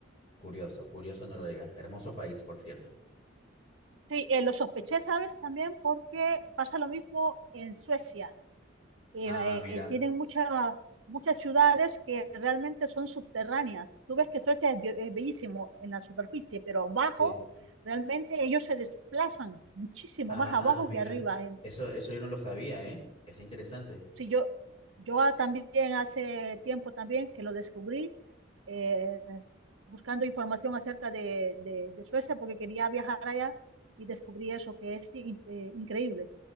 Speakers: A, on the left (about 30°); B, on the right (about 75°).
A: Curioso, curioso Noruega. Hermoso país, por cierto.
B: Sí, eh, lo sospeché, ¿sabes? También porque pasa lo mismo en Suecia. Eh,
A: Ah, mira.
B: eh, tienen muchas muchas ciudades que realmente son subterráneas. Tú ves que Suecia es, be- es bellísimo en la superficie, pero abajo
A: Sí.
B: realmente ellos se desplazan muchísimo
A: Ah,
B: más abajo
A: mira.
B: que arriba. En-
A: Eso, eso yo no lo sabía, ¿eh? Está interesante.
B: sí, yo, yo ah, también hace tiempo también que lo descubrí eh, buscando información acerca de, de de Suecia porque quería viajar allá y descubrí eso que es in- eh, increíble.